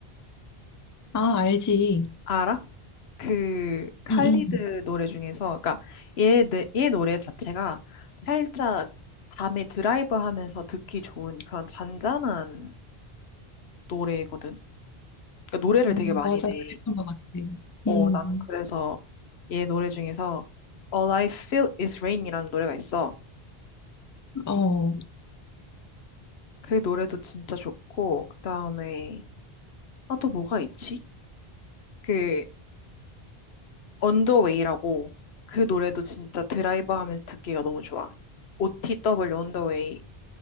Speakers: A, on the left (about 30°); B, on the left (about 85°).
A: 아, 알지.
B: 알아? 그 칼리드
A: 응응.
B: 노래 중에서 그러니까 얘, 노- 얘 노래 자체가 살짝 밤에 드라이브 하면서 듣기 좋은 그런 잔잔한 노래거든. 그러니까 노래를
A: 어,
B: 되게 많이
A: 맞아,
B: 내.
A: 그랬던 것 같아.
B: 어,
A: 음,
B: 나는 그래서 얘 노래 중에서 All I Feel Is Rain이라는 노래가 있어.
A: 어,
B: 그 노래도 진짜 좋고 그다음에 아 또 뭐가 있지? 그 언더웨이라고 그 노래도 진짜 드라이브 하면서 듣기가 너무 좋아. OTW 언더웨이